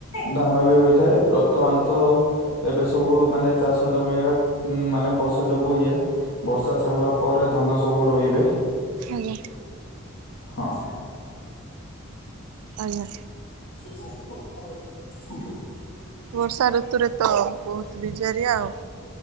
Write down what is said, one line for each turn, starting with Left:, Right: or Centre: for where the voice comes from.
Left: ଧାନ ବି ହୋଇଥାଏ ବର୍ତ୍ତମାନ ତ ଏବେ ସବୁ ମାନେ ଚାଷ ଜମିରେ ମାନେ ବର୍ଷା ଯୋଗୁ ଇଏ। ବର୍ଷା ଛାଡ଼ିଲା ପରେ ଧାନ ସବୁ ରୋଇବେ।
Right: ଆଜ୍ଞା
Left: ହଁ
Right: ଆଜ୍ଞା।
Left: ସେଖ <unintelligible>
Right: ବର୍ଷା ଋତୁରେ ତ ବହୁତ ବିଜାରିଆ ଆଉ।